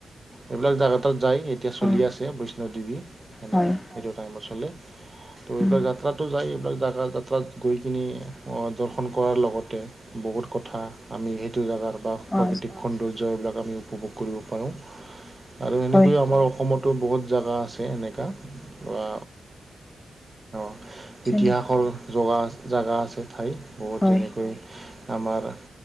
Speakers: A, on the right; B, on the left.
A: এইবিলাক জাগা তাত যায় এতিয়া চলি
B: হয়
A: আছে বৈষ্ণৱ দেৱী এনেকুৱা
B: হয়
A: এইটো টাইমত চলে। ত' এইবিলাক
B: উম
A: যাত্ৰাতো যায় এইবিলাক জাগা যাত্ৰাত গৈ কিনি দৰ্শন কৰাৰ লগতে বহুত কথা আমি সেইটো জাগাৰ বা
B: অ
A: প্ৰাকৃতিক সৌন্দৰ্য এইবিলাক আমি উপভোগ কৰিব পাৰোঁ। আৰু এনেকৈয়ে
B: হয়
A: আমাৰ অসমতো বহুত জাগা আছে এনেকুৱা বা অ
B: যেনে
A: ইতিহাসৰ জগা জাগা আছে ঠাই বহুত
B: হয়
A: যেনেকৈ আমাৰ